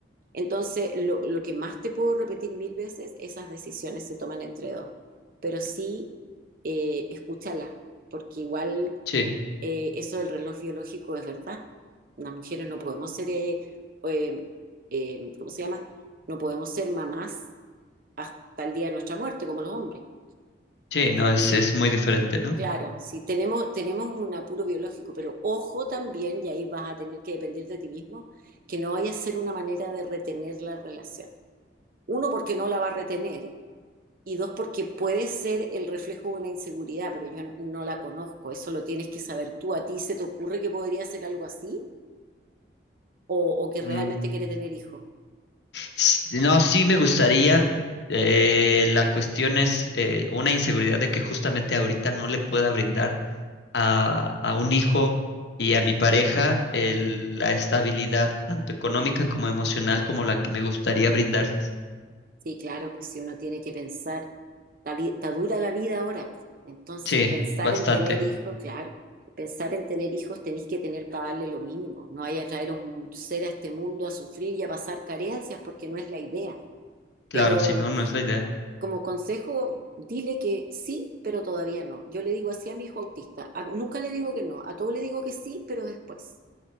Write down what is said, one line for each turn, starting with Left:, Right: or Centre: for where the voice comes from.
Right: Entonces, lo, lo que más te puedo repetir mil veces, esas decisiones se toman entre dos, pero sí eh, escúchala, porque igual
Left: Sí,
Right: eh, eso del reloj biológico es verdad. Las mujeres no podemos ser, eh, eh, eh, ¿cómo se llama? No podemos ser mamás hasta el día de nuestra muerte, como los hombres.
Left: sí, no,
Right: Entonces,
Left: es, es muy diferente, ¿no?
Right: claro, si tenemos, tenemos un apuro biológico, pero ojo también, y ahí vas a tener que depender de ti mismo, que no vaya a ser una manera de retener la relación. Uno, porque no la va a retener, y dos, porque puede ser el reflejo de una inseguridad, pero yo no la conozco, eso lo tienes que saber tú. ¿A ti se te ocurre que podría ser algo así? ¿O, o que
Left: Mm,
Right: realmente quieres tener hijos?
Left: s- no, sí me gustaría. eh, la cuestión es eh, una inseguridad de que justamente ahorita no le pueda brindar a, a un hijo y a mi pareja el- la estabilidad, tanto económica como emocional, como la que me gustaría brindarles.
Right: Sí, claro, pues si uno tiene que pensar, la vi- está dura la vida ahora. pues. Entonces,
Left: Sí,
Right: pensar
Left: bastante.
Right: en tener hijos, claro, pensar en tener hijos tenéis que tener para darle lo mínimo. No hay a traer un ser a este mundo a sufrir y a pasar carencias porque no es la idea.
Left: Claro,
Right: Pero
Left: si
Right: um,
Left: no, no es la idea.
Right: como consejo, dile que sí, pero todavía no. Yo le digo así a mi hijo autista. A- nunca le digo que no, a todo le digo que sí, pero después.